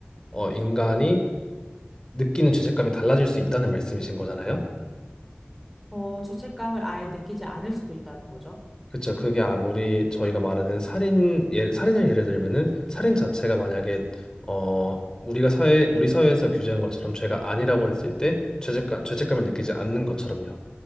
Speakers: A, on the left; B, in the centre.
A: 어, 인간이 느끼는 죄책감이 달라질 수 있다는 말씀이신 거잖아요?
B: 어 죄책감을 아예 느끼지 않을 수도 있다는 거죠.
A: 그렇죠. 그게 아무리 저희가 말하는 살인, 예, 살인을 예를 들면은 살인 자체가 만약에, 어, 우리가 사회, 우리 사회에서 규제한 것처럼 죄가 아니라고 했을 때 죄책감, 죄책감을 느끼지 않는 것처럼요.